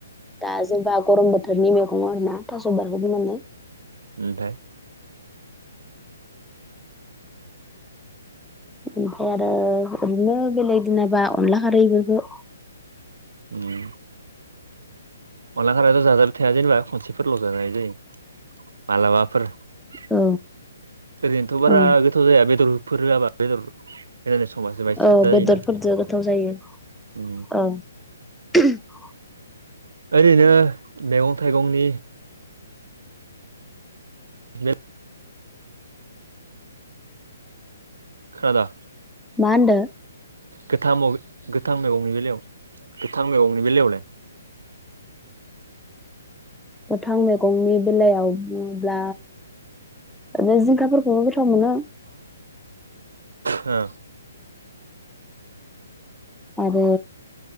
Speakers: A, in the centre; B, on the right.
A: दा जेनेबा गरम बोथोरनि मैगं आरो ना आथास' बारखबो मोननाय
B: ओमफ्राय
A: ओमफ्राय आरो ओरैनो बेलेग दिनाबा अनला खारै इफोरखौ
B: उम। अनला खारैयाथ' जाजाबाय थाया जेनेबा खनसेफोरल' जाजायो जायो मालाबाफोर। ओरैनोथ'
A: औ
B: बारा
A: औ
B: गोथाव जाया बेदरफोर होआाबा बेदर होनानै संबासो बाहाय
A: औ
B: साद जायोना
A: बेदरफोरजों गोथाव जायो
B: उम
A: औ <unintelligible>
B: ओरैनो मैगं थाइगंनि <unintelligible> खोनादों।
A: मा होनदों।
B: गोथां गोथां मैगंनि बेलायाव गोथां मैगंनि बेलायावलाय
A: गोथां मैगंनि बेलायाव बुंङो। आरो जिंखाफोरखौबो गोथाव मोनो।
B: हो
A: आरो